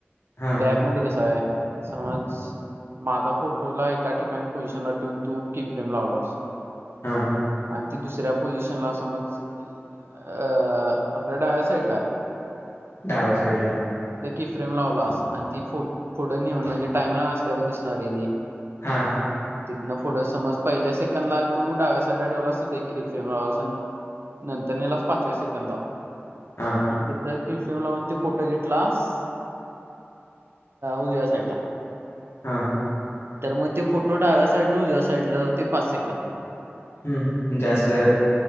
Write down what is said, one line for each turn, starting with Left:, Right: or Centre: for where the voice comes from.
Left: हा
Right: कॅप मध्ये कसा आहे समज माझा फोटोला एका ठिकाणी पोझिशनला ठेवून तू की फ्रेम लावला असत
Left: हा
Right: आणि ती दुसऱ्या पोझिशन ला समज अ आपल्या डाव्या साईड ला आहे
Left: डाव्या साईड ला
Right: त की फ्रेम लावलास आणि ती फोढं नेऊन म्हणजे टाइमला नसते ब दिसणार आहे ती
Left: हा
Right: तिथनं फोटं समज पहिल्या सेकंडला तू डाव्या साईडला ठेवला तिे क्रिफम नंतर येताच पाचव्या सेकंदाव
Left: हां
Right: आणि तिथं किफिएम लावून त फोटो घेतलास उजव्या साईडला
Left: हां
Right: तर मग ते फोटो डाव्या साईड न उजव्या साईड ला होते पाच सेकंदला
Left: हम् जास्त